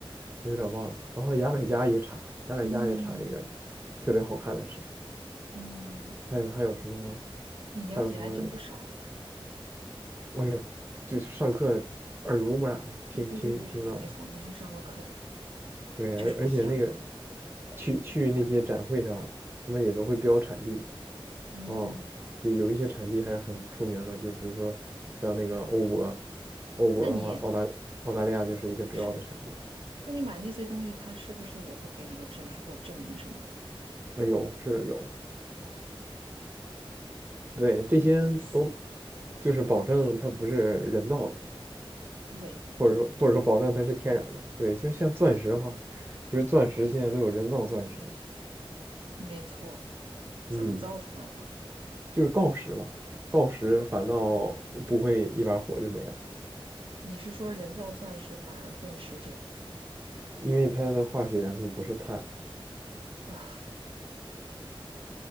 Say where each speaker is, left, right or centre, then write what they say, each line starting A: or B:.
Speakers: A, on the right (about 25°); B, on the right (about 70°).
A: 我有点忘了。然后牙买加也产，牙买加也产一个
B: 嗯
A: 特别好看的石，
B: 嗯，
A: 还有还有什么呢？
B: 你了解还真不少哎。
A: 还有什么？我有，就是上课耳濡目染嘛，听听听到的。
B: 嗯，对对对对，没错，你是上过课的，
A: 对，
B: 就是不一样。
A: 而而且那个去去那些展会上，他们也都会标产地。
B: 嗯，
A: 哦，有有一些产地还是很出名的，就比如说像那个欧泊，欧泊的话，
B: 那你
A: 澳大澳大利亚就是一个主要的产地。
B: 是，那你买那些东西，他是不是也会给你个证书或证明什么的？
A: 啊，有，是的，有。
B: 哦，
A: 对，这些都
B: 有意思。
A: 就是保证它不是人造的，
B: 对对
A: 或者说或者说保证它是天然的。对，就像钻石的话，
B: 对对对对，
A: 其实钻石现在都有人造钻石。
B: 没错。怎么造出来的？
A: 嗯。就是锆石嘛，锆石反倒不会一把火就没了，
B: 你是说人造钻石反而更持久？
A: 因为它的化学元素不是碳，
B: 啊，